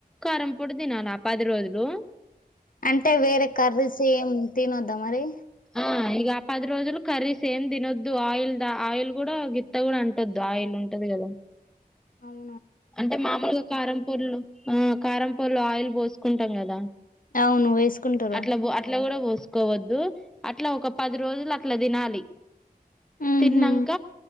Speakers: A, in the centre; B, on the left.
A: కారంపొడి దినాల పది రోజలు
B: అంటె వేరే కర్రీస్ ఏం తినొద్ద మరి
A: ఆ ఇగ ఆ పది రోజులు కర్రీస్సేమ్ దినొద్దు ఆయిల్ ద ఆయిల్ గుడా గిత్త గూడాంటొద్దు ఆయిల్ ఉంటది గద
B: ఔన్
A: అంటె మామూల్గ కారంపొల్లొ ఆ కారంపొల్లొ ఆయిల్ పోస్కుంటం గద
B: అవును వేసుకుంటారు
A: అట్ల బొ అట్ల గుడా బోస్కోవద్దు అట్ల ఒక పది రోజులట్ల దినాలి
B: ఉహు.
A: తిన్నంక